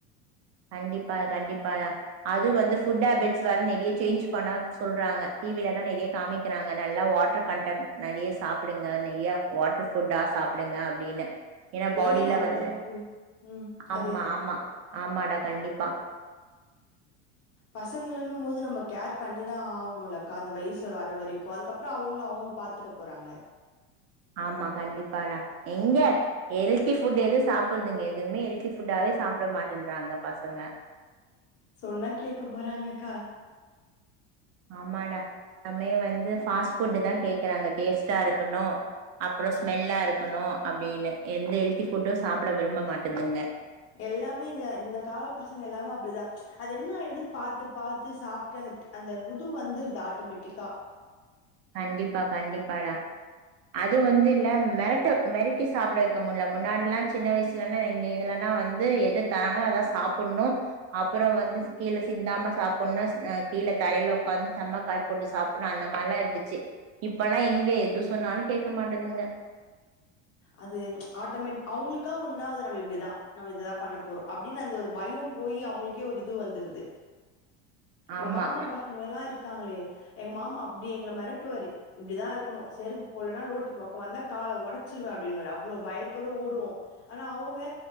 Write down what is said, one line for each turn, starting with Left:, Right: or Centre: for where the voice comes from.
Right: கண்டிப்பா கண்டிப்பாயா அதுவு வந்து ஃபுட் ஹேபிட்ஸ் வேற நெறைய சேஞ்ச் பண்ண சொல்றாங்க டி வி ல தா நெறைய காமிக்றாங்க நல்லா வாட்ரு கன்டென்ட் நெறைய சாப்டுங்க நெய்யா வாட்ரு ஃபுட்டா சாப் சாப்டுங்க அப்டின்னு ஏனா
Left: வெயில்
Right: பாடில
Left: அந்த
Right: வந்து
Left: அளவுக்கு ம் அதேதா
Right: ஆமா ஆமா ஆமாடா கண்டிப்பா
Left: பசங்களன்னும் போது நம்ம கேர் பண்ணிதா ஆவணுலக்கா அந்த வயசு வர வரைக்கு அதுக்கப்ற அவுங்க அவுங் க பாத்துக்க போறாங்க
Right: ஆமா கண்டிப்பாடா எங்க ஹெல்த்தி ஃபுட் எது சாப்பிடுதுங்க எத் துவுமே ஹெல்த்தி ஃபுட்டாவே சாப்ட மாட்டேன்றாங்க பசங்க
Left: சொன்னா கேக்க போறாங்கக்கா
Right: ஆமாடா நம்மே வந்து ஃபாஸ்ட் ஃபுட்டு தா கேக்குறாங்க டேஸ்ட்டா இருக்கணு அப்றோ ஸ்மெல்லா இருக்கணு அப்டின்னு எந்த ஹெல்த்தி ஃபுட்டு சாப்ட விரும்ப மாட்டுதுங்க
Left: எல்லாமே இந்த இந்த கால பசங்க எல்லாமே அப் டிதா அது என்ன ஆயிருது பாத்து பாத்து சாப்ட்டு அந்த அந்த உது வந்துருது ஆட்டமேட்டிக்கா
Right: கண்டிப்பா கண்டிப்பாடா அது வந்து இல்ல மெரட்ட மெரட்டி சாப்ட வைக்க முட்ல முன்னாடிலா சின்ன வயசுலருந்து எங்க இதுலான் னா வந்து எது தராங்களோ அதா சாப்புட்ணு அப்பற வந்து கீழ சிந்தாம சாப்புட்ணு அ கீழ தரைல ஒக்காந்து செம்மா கால் போட்டு சாப்புட்ணு அந்த மாரிலா இருந்துச் ச்சு இப்பலா எங்க எது சொன்னாலு கேக்க மாட்டுதுங்க
Left: அது ஆட்டோமேட் அவ்ங்களுக்கா ஒன்னுனா அது நம்ம இப்டிதா நம்ம இதுதா பண்ண போறோ அப்டின்னு அந்த ஒரு பய போயி அவ்ங்களுக்கே ஒரு இது வந்துருது எங்க
Right: ஆமா
Left: மாமா பசங்கலா இருக்காங்களே எங்க மாமா அப்டி எங்கள மெரட்டுவாரு இப்டிதா இருக்கணு செருப்பு போட்லனா ரோட்டுப் பக்க வந்தா கால ஒடச் குருவே அப்டின்னுவாரு அவ்ளோ பயத்தோட ஓடுவோ ஆனா அவ்ங்க